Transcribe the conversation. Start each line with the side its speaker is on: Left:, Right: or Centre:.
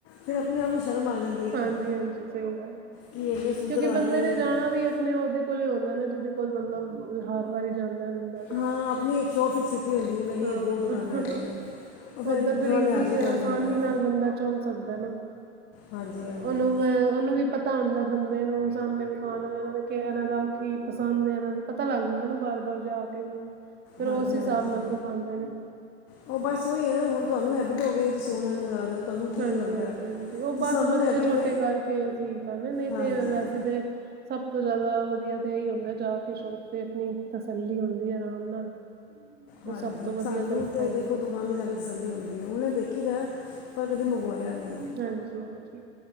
Left: ਫਿਰ
Right: ਸ਼ਰਮ
Left: ਆਪਣੇ ਆਪ ਨੂੰ ਆ ਜਾਂਦੀ ਹੈ ਨਾ
Right: ਆਉਂਦੀ, ਹਾਂਜੀ-ਹਾਂਜੀ, ਸਹੀ ਗੱਲ।
Left: ਕਿ ਇੰਨੇ ਸੂਟ
Right: ਕਿਉਂਕਿ,
Left: ਕਢਵਾਏ
Right: ਬੰਦੇ
Left: ਤੇ
Right: ਨੇ ਜਾਣਾ ਵੀ ਆਪਣੇ ਉਹਦੇ ਕੋਲ ਹੀ ਹੁੰਦਾ ਨਾ ਜਿਹਦੇ ਕੋਲ ਮਤਲਬ, ਹਰ ਵਾਰੀ ਜਾਂਦਾ ਬੰਦਾ।
Left: ਹਾਂ ਆਪਣੀ ਇੱਕ ਸ਼ੋਪ ਫਿਕਸ ਕੀਤੀ ਹੁੰਦੀ ਹੈ ਮੇਰੀਆਂ
Right: ਹਾਂ।
Left: ਦੋ ਦੁਕਾਨਾਂ ਹੈਗੀਆਂ ਨੇ ਉਹ ਫਿਰ
Right: ਉਧਰ ਫੇਰ
Left: ਥੋੜਾ
Right: ਇਜ਼ੀ
Left: ਲਿਹਾਜ਼ ਹੀ
Right: ਐ,
Left: ਕਰ
Right: ਆਸਾਨੀ
Left: ਲੈਂਦੇ ਆ
Right: ਨਾਲ ਬੰਦਾ ਚੁਣ ਸਕਦਾ ਏਨਾ
Left: ਹਾਂਜੀ ਹਾਂਜੀ
Right: ਉਹਨੂੰ ਮੈਂ ਉਹਨੂੰ ਵੀ ਪਤਾ ਹੁੰਂਦਾ ਬੰਦੇ ਨੂੰ ਸਾਮਣੇ ਵਿਖਾਨ ਦਾ ਕੀ ਇਹਨਾਂ ਦਾ ਉ ਕੀ ਪਸੰਦ ਹੈ ਇਹਨਾਂ ਦੀ। ਪਤਾ ਲੱਗ ਜਾਂਦਾ ਨਾ ਬਾਰ-ਬਾਰ ਜਾ ਕੇਵੀ ਫਿਰ
Left: ਹਾਂਜੀ
Right: ਉਸ ਹਿਸਾਬ
Left: ਹਾਂਜੀ
Right: ਨਾਲ ਵਿਖਾਂਦੇ ਨੇ।
Left: ਉਹ ਬਸ ਉਹੀ ਹੈ ਨਾ ਹੁਣ ਤੁਹਾਨੂੰ ਹੈਬਿਟ ਹੋ ਗਈ ਹੈ, ਤੁਸੀਂ ਆਨਲਾਈਨ ਮੰਗਾ ਰਹੇ ਹੋ ਤੁਹਾਨੂੰ ਠੀਕ
Right: ਹਾਂਜੀ-ਹਾਂਜੀ-ਹਾਂਜੀ,
Left: ਲੱਗਦਾ ਹੈ
Right: ਉਹ
Left: ਤੇ
Right: ਬਸ
Left: ਸਾਨੂੰ
Right: ਬੱਚੇ
Left: ਹੈਬਿਟ
Right: ਛੋਟੇ ਕਰਕੇ, ਅਸੀਂ ਕਾਨੇ ਨੇ ਨਈ
Left: ਹਾਂਜੀ
Right: ਤੇ ਵੈਸੇ ਤੇ ਸਭ ਤੋਂ ਜਾਦਾ ਵਧੀਆ ਤੇ ਐਹੀ ਹੁੰਦਾ ਜਾ ਕੇ ਸ਼ੋਪ ਤੇ ਆਪਣੀ ਤਸੱਲੀ ਹੁੰਦੀ ਐ ਆਰਾਮ ਨਾਲ। ਉਹ
Left: ਹਾਂਜੀ,
Right: ਸਭ ਤੋਂ ਵਧੀਆ
Left: ਸਾਨੂੰ
Right: ਤਰੀਕਾ
Left: ਤੇ
Right: ਹੁੰਦਾ
Left: ਦੇਖੋ ਦੁਕਾਨ ਤੇ ਜਾ ਕੇ ਤਸੱਲੀ ਹੁੰਦੀ ਏ ਆਨਲਾਈਨ ਦੇਖੀ ਦਾ। ਪਰ ਕਦੀ ਮੰਗਵਾਇਆ ਨਈ।
Right: ਹਾਂਜੀ-ਹਾਂਜੀ।